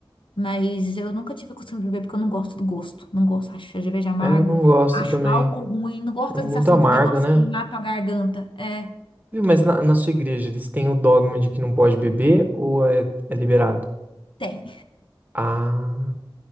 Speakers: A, on the left; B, on the right.
A: Mas eu nunca tive a costume de beber porque eu não gosto do gosto. Não gosto. Acho cerveja amargo.
B: É, eu não gosto
A: Acho
B: também.
A: álcool ruim. Não gosto
B: É
A: da
B: muito
A: sensação
B: amargo,
A: de um negócio
B: né?
A: queimar tua garganta. É,
B: Viu, mas na, na sua igreja, eles têm o dogma de que não pode beber ou é, é liberado?
A: tem.
B: Ah,